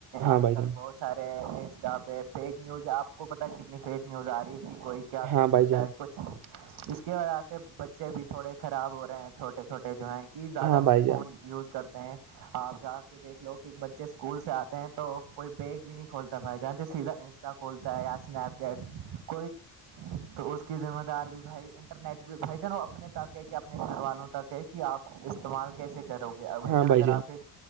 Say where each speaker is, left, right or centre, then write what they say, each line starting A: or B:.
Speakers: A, on the right; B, on the right.
A: ہاں
B: آج
A: بھائی
B: کل
A: جان
B: بہت سارے انسٹا پہ فیک نیوز آپ کو پتا کتنی فیک نیوز آ رہی ہے کہ کوئی کیا
A: ہاں
B: کر
A: بھائی
B: لیتا
A: جان
B: ہے کچھ اس کے وجہ سے بچے بھی تھوڑے خراب ہو رہے ہیں چھوٹے چو چھوٹے جو ہیں کہ زیادہ
A: ہاں بھائی
B: فون
A: جان
B: یوز کرتے ہیں آپ جا کے دیکھ لو کہ بچے اسکول سے آتے ہیں تو کوئی بیگ بھی نہیں کھولتا بھائی جان کے سیدھا کھولتا ہے یا اسنیپ چیٹ کوئی تو اس کی ذمہ دار بھی بھائی انٹرنیٹ بھی بھائی جن اپنے تک ہے کہ اپنے گھر والوں تک ہے کہ آپ استعمال کیسے کرو گے بھ
A: ہاں
B: جان
A: بھائی
B: اگر آپ کے